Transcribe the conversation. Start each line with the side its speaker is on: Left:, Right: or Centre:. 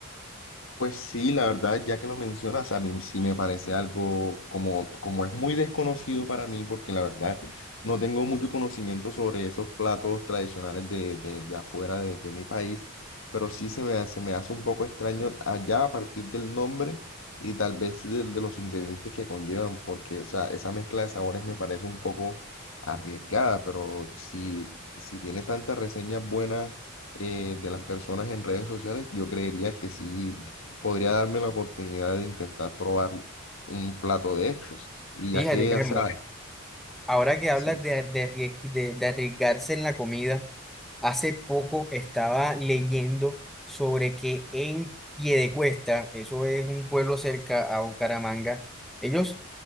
Left: Pues sí, la verdad, ya que lo mencionas, a mí sí me parece algo como, como es muy desconocido para mí, porque la verdad no tengo mucho conocimiento sobre esos platos tradicionales de, de, de afuera de, de mi país, pero sí se me, se me hace un poco extraño allá a partir del nombre y tal vez de, de los ingredientes que conllevan, porque o sea, esa mezcla de sabores me parece un poco arriesgada, pero si, si tiene tantas reseñas buenas eh, de las personas en redes sociales, yo creería que sí podría darme la oportunidad de intentar probar un plato de estos. Y
Centre: Fíjate,
Left: ya que,
Centre: Carlos.
Left: o sea,
Centre: Ahora que hablas
Left: sí,
Centre: de, de arries- de- de arriesgarse en la comida, hace poco estaba leyendo sobre que en Piedecuesta, eso es un pueblo cerca a Bucaramanga, ellos,